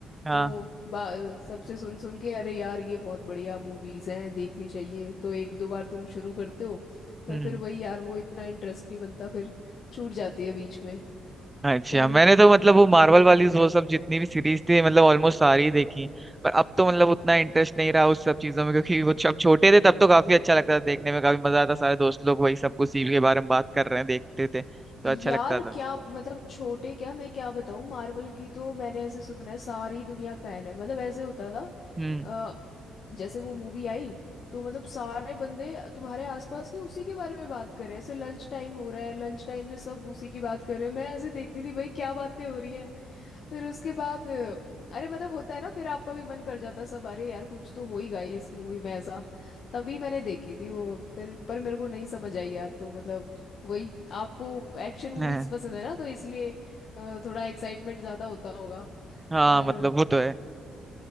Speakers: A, on the right; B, on the left.
A: हाँ
B: तो बा- सबसे सुन सुन के अरे यार ये बहुत बढ़िया मूवीज हैं देखनी चाहिए तो एक दो बार तुम शुरू करते हो पर
A: हम्म
B: फिर वही यार वो इतना इंटरेस्ट नहीं बनता फिर छूट जाती है बीच में
A: अच्छा
B: पर
A: मैंने तो मतलब वो मार्वल वाली वो सब जितनी भी सीरीज थी मतलब ऑलमोस्ट सारी ही देखी पर अब तो मतलब उतना इंटरेस्ट नहीं रहा उस सब चीजों में क्योंकि वो जब छोटे थे तब तो काफी अच्छा लगता था देखने में काफी मजा आता सारे दोस्त लोग वही सब कुछ सीवी के बारे में बात कर रहे हैं देखते थे तो अच्छा
B: यार
A: लगता था
B: क्या मतलब छोटे क्या मैं क्या बताऊँ मार्वल की तो मैंने ऐसे सुना है सारी दुनिया फैन है मतलब ऐसे होता था
A: हम्म
B: जैसे वो मूवी आई तो मतलब सारे बंदे तुम्हारे आसपास के उसी के बारे में बात कर रहे हैं ऐसे लंच टाइम हो रहा है लंच टाइम में सब उसी की बात कर रहे हैं मैं ऐसे देखती थी भाई क्या बातें हो रही हैं फिर उसके बाद अ, अरे मतलब होता है ना फिर आपका भी मन कर जाता है सब अरे यार कुछ तो हो ही गई इस मूवी में ऐसा तभी मैंने देखी थी वो फिर पर मेरे को नहीं समझ आई यार तो मतलब वही आपको एक्शन मूवीज
A: हाँ
B: पसंद है ना तो इसलिए अ, थोड़ा एक्साइटमेंट ज्यादा होता होगा
A: हाँ,
B: पर
A: मतलब वो तो है